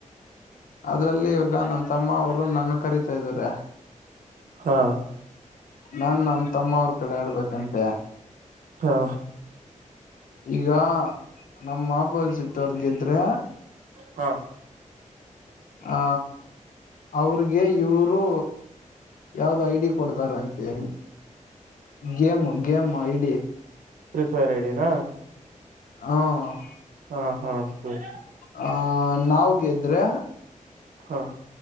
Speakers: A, on the left; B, on the right.
A: ಅದ್ರಲ್ಲಿ ಈವಾಗ ನನ್ ತಮ್ಮ ಅವರು ನನಗ್ ಕರೀತಇದ್ದಾರೆ.
B: ಹಾ.
A: ನಾ ನಮ್ಮ ತಮ್ಮ ಅವ್ರ ಕಡೆ ಇಡಬೇಕಂತೆ
B: ಹಾ.
A: ಈಗ ನಮ್ಮ ಮಾಪಲ್ಸಟ್ಟವರ್ದ ಗೆದ್ರೆ
B: ಹಾ.
A: ಆ ಅವ್ರಿಗೆ ಇವರು ಯಾವ್ದು ಐ ಡಿ ಕೊಡ್ತಾರ ಅಂತೆ game game I D.
B: Prepare I D ನಾ?
A: ಹ್ಮ್.
B: ಹಾ ಹಾ ಸರಿ.
A: ಹಾ ನಾವ್ ಗೆದ್ರೆ
B: ಹ.